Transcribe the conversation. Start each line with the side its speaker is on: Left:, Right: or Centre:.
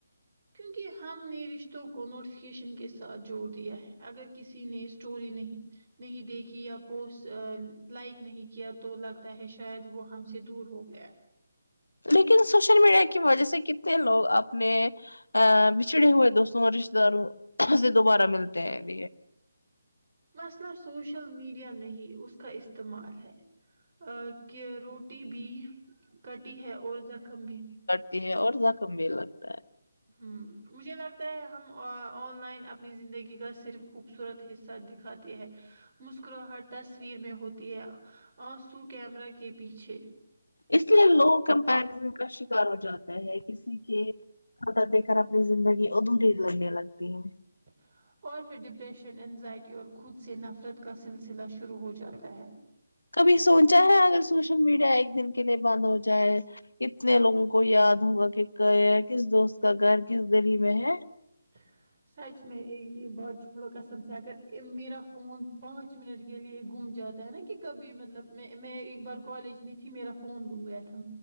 Right: کیونکہ ہم نے رشتوں کو نوٹیفکیشن کے ساتھ جوڑ دیا ہے اگر کسی نے اسٹوری نہیں نہیں دیکھی یا پوسٹ لائک نہیں کیا تو لگتا ہے شاید وہ ہم سے دور ہو گیا
Left: لیکن سوشل میڈیا کی وجہ سے کتنے لوگ آپ مے ا بچھڑے ہوئے دوستوں اور رشتے داروں سے دوبارہ ملتے ہیںب
Right: مسئلہ سوشل میڈیا نہیں اس کا استعمال ہے ا کہ روٹی بھی کٹی ہے اور زخم بھی
Left: تی ہے اور زخم بھییر لگتا ہے
Right: ہمم مجھے لگتا ہے ہم آن لائن اپنی زندگی کا صرف خوبصورت حصہ دکھاتے ہیں مسکراہٹ تصویر میں ہوتی ہے آنسو کیمرہ کے پیچھے
Left: اس لیے لوگ کمپریزن کا شکار ہو جاتا ہے کسی کے چھوٹا دیکھ کر اپنی زندگی ادھورری لگنے لگتی ہے
Right: <unintelligible> اور پھر ڈپریشن انینزائٹی اور خود سے نفرت کا سلسلہ شروع ہو جاتا ہے
Left: کبھی سوچا ہے اگر سوشل میڈیا ایک دن کے لیے بند ہو جائے کتنے لوگوں کو یاد ہوگا کہ گ کس دوست کا گھر کس گلی میں ہے
Right: ج <unintelligible> سچ میں یہ بات چوڑا کسم سے اگر میرا فون پانچ منٹ کے لییے گم جات نا کہ کبھی مطلب میں میں ایک بار کالج میں تھی میرا فون گم گیا تھا